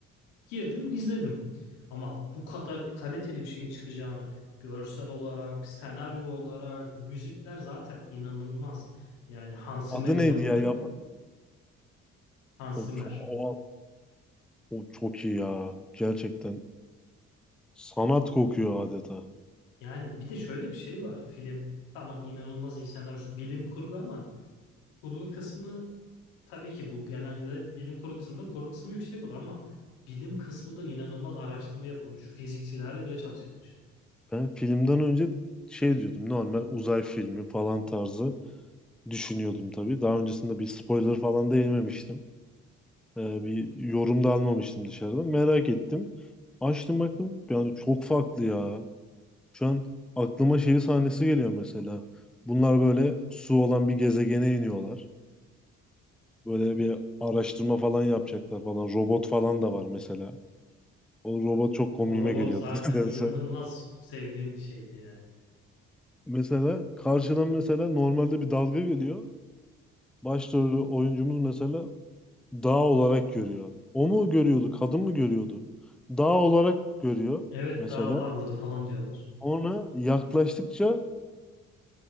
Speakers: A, on the left (about 80°); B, in the centre.
A: Girdim, izledim. Ama bu kadar kaliteli bir şeyin çıkacağını görsel olarak, senaryo olarak, müzikler zaten inanılmaz. Yani Hans Zimmer'in
B: Adı neydi
A: yaptığı
B: ya? Yap
A: Hans
B: o,
A: Zimmer.
B: çok, o, o çok iyi ya. Gerçekten sanat kokuyor adeta.
A: Yani bir de şöyle bir şey var. Film tamam inanılmaz iyi senaryosu bilim kurgu ama kurgu kısmı tabii ki bu genelde bilim kurgu kısmında kurgu kısmı yüksek olur ama bilim kısmı da inanılmaz araştırma yapılmış. Fizikçilerle bile çalışılmış.
B: Ben filmden önce şey diyordum. Normal uzay filmi falan tarzı düşünüyordum tabii. Daha öncesinde bir spoiler falan da yememiştim. Ee, bir yorum da almamıştım dışarıdan. Merak ettim. Açtım baktım. Yani çok farklı ya. Şu an aklıma şeyi sahnesi geliyor mesela. Bunlar böyle su olan bir gezegene iniyorlar. Böyle bir araştırma falan yapacaklar falan. Robot falan da var mesela. O robot çok komiğime
A: O robot
B: geliyordu
A: zaten
B: <laughs> nedense.
A: inanılmaz sevdiğim bir şeydi ya.
B: Mesela karşıdan mesela normalde bir dalga geliyor. Başrolü oyuncumuz mesela dağ olarak görüyor. O mu görüyordu, kadın mı görüyordu? Dağ olarak görüyor
A: Evet
B: mesela.
A: daha var burada falan diyorlar.
B: Sonra yaklaştıkça